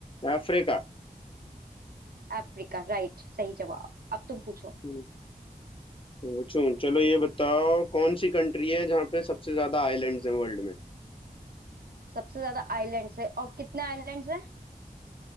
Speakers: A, on the left; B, on the right.
A: अफ्रीका
B: अफ्रीका राइट सही जवाब अब तुम पूछो
A: हम्म, पूछूं चलो ये बताओ कौन सी कंट्री है जहाँ पे सबसे ज्यादा आइलैंड्स हैं वर्ल्ड में
B: सबसे ज्यादा आइलैंड्स है और कितने आइलैंड्स हैं